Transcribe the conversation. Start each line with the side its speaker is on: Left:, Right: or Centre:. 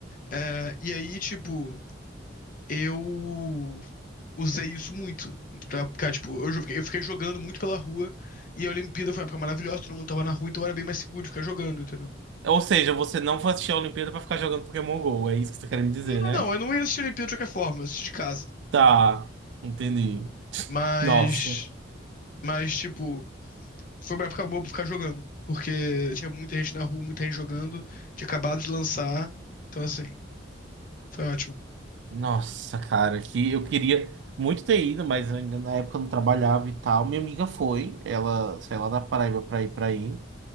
Left: É, E aí, tipo, eu usei isso muito. Pra ficar, tipo, eu jo- eu fiquei jogando muito pela rua. E a Olimpíada foi uma época maravilhosa, todo mundo tava na rua, então era bem mais seguro de ficar jogando, entendeu?
Right: Ou seja, você não foi assistir a Olimpíada pra ficar jogando Pokémon Go, é isso que você tá querendo me dizer,
Left: Não,
Right: né?
Left: não, eu não ia assistir a Olimpíada de qualquer forma, eu assisti de casa, entendeu?
Right: Tá, entendi. <laughs>
Left: Mas.
Right: Nossa.
Left: Mas, tipo. foi uma época boa pra ficar jogando, porque tinha muita gente na rua, muita gente jogando, tinha acabado de lançar, então assim, foi ótimo.
Right: Nossa, cara, que eu queria muito ter ido, mas ainda na época eu não trabalhava e tal. Minha amiga foi, ela saiu lá da Paraíba pra ir pra aí.